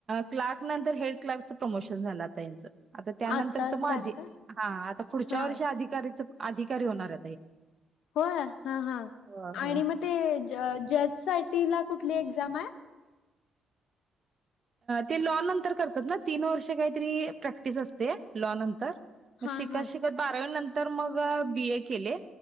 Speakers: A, on the right (about 40°); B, on the left (about 75°).
A: क्लार्क नंतर हेड क्लारकचं प्रमोशन झालं आता त्याचं. आता त्यानंतरच
B: आत्ताच
A: म
B: झालं का
A: हा आता पुढच्या
B: हा
A: वर्षी अधिकारीच अधिकारी होणार.
B: होय हा हां
A: होय होय
B: आणि मग ते जज साठी ला कुठली एक्झाम आहे?
A: ते लॉ नंतर करतात ना तीन वर्षे काहीतरी प्रॅक्टिस असते लॉ नंतर मग
B: हा
A: शिकत,
B: हा
A: शिकत बारावी नंतर मग बी, ए केले